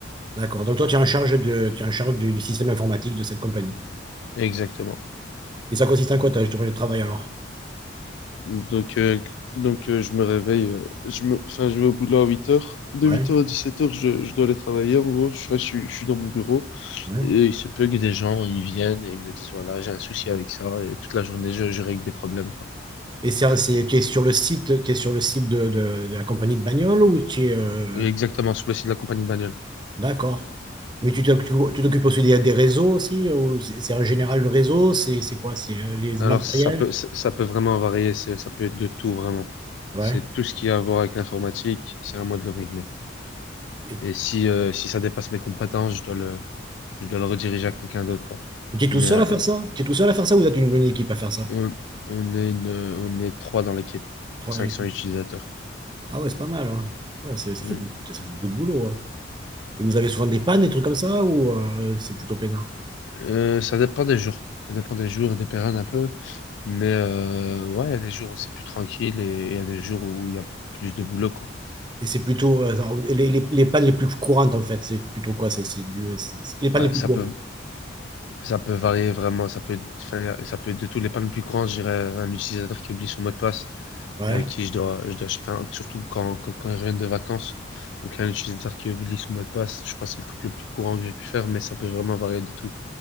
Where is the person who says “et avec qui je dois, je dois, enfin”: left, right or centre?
Left